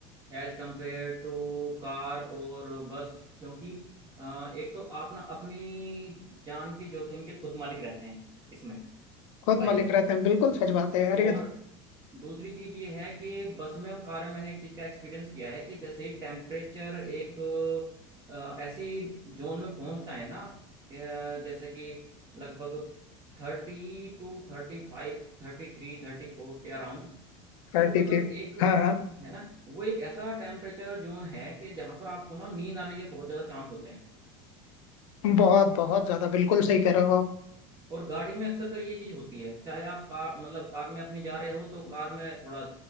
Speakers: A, on the right; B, on the left.
A: एज कंपेयर टू कार और बस क्योंकि अ, एक तो आप ना अपनी जान के जोखिम के खुद मालिक रहते हैं इसमें
B: खुद
A: बाइक
B: मालिक
A: में
B: रहते हैं बिल्कुल सच बात है यार
A: और
B: ये तो
A: दूसरी चीज ये है कि बस में और कार में मैंने एक चीज का एक्सपीरियंस किया है कि जैसे ही टेम्परेचर एक अ, ऐसी जोन में पहुंचता है ना अ, जैसे कि लगभग थर्टी टू थर्टी फाइव थर्टी थ्री थर्टी फोर के अराउंड
B: कहती
A: तो मतलब
B: थी
A: एक
B: हाँ हाँ
A: है ना वो एक ऐसा टेम्परेचर जोन है कि जहां पर आपको ना नींद आने के बहुत ज्यादा चांस होते हैं
B: बहुत बहुत ज्यादा बिल्कुल सही कह रहे हो
A: और गाड़ी में अक्सर कर ये चीज होती है चाहे आप कार मतलब कार में अपनी जा रहे हो तो कार में थोड़ा